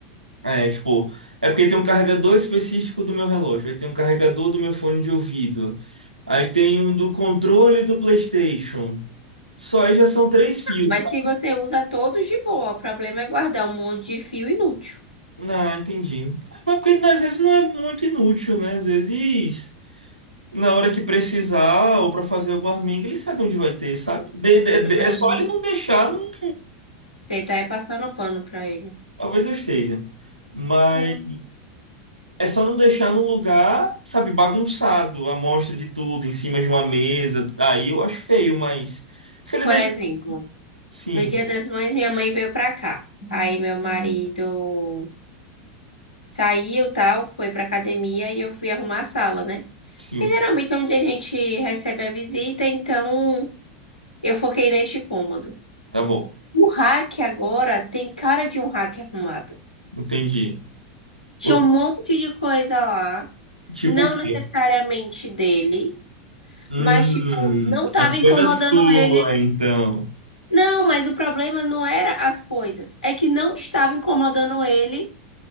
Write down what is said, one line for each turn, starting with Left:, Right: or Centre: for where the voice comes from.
Right: É, tipo, é porque tem um carregador específico do meu relógio, aí tem um carregador do meu fone de ouvido, aí tem um do controle do PlayStation. Só aí já são três fios,
Left: Mas
Right: sabe?
Left: se você usa todos de boa, o problema é guardar um monte de fio inútil.
Right: Ah, entendi. Mas porque às vezes não é muito inútil, né? Às vezes. Na hora que precisar ou para fazer alguma arminga, ele sabe onde vai ter, sabe? De- de- de-
Left: Uhum.
Right: é só ele não deixar num.
Left: Você tá aí passando pano pra ele.
Right: Talvez eu esteja. Mas
Left: Hum.
Right: é só não deixar num lugar, sabe, bagunçado, a mostra de tudo, em cima de uma mesa. Aí eu acho feio, mas. Se ele
Left: Por
Right: deixa
Left: exemplo,
Right: Sim,
Left: no Dia das Mães, minha mãe veio pra cá. Aí meu marido saiu, tal, foi pra academia e eu fui arrumar a sala, né?
Right: sim,
Left: Porque geralmente é onde a gente recebe a visita, então eu foquei neste cômodo.
Right: tá bom.
Left: O rack agora tem cara de um rack arrumado.
Right: Entendi.
Left: Tinha
Right: Por-
Left: um monte de coisa lá,
Right: Tipo
Left: não
Right: o quê?
Left: necessariamente dele,
Right: Hum,
Left: mas tipo, não tava
Right: mas coisa
Left: incomodando
Right: sua,
Left: ele
Right: então.
Left: Não, mas o problema não era as coisas, é que não estava incomodando ele